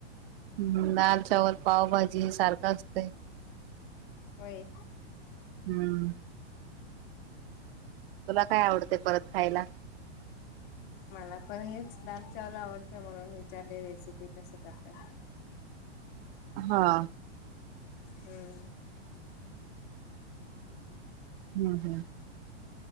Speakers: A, on the right (about 55°); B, on the left (about 50°).
A: हम्म दाल चावल पावभाजी सारखा असतंय.
B: होय.
A: हम्म. तुला काय आवडते परत खायला.
B: मला पण हेच दाल चावल आवडते म्हणून विचारले रेसिपी कसं करतय.
A: हा.
B: हम्.
A: हम्म हम्.